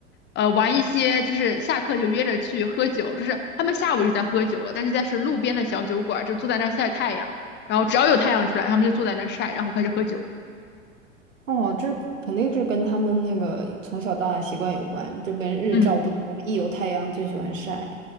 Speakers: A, on the left; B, on the right.
A: 呃，玩一些就是下课就约着去喝酒，就是他们下午就在喝酒了，但是在是路边的小酒馆就坐在那儿晒太阳，然后只要有太阳出来，他们就坐在那儿晒，然后开始喝酒。
B: 哦，这肯定是跟他们那个从小到大习惯有关。这边日照不足，
A: 嗯。
B: 一有太阳就喜欢晒。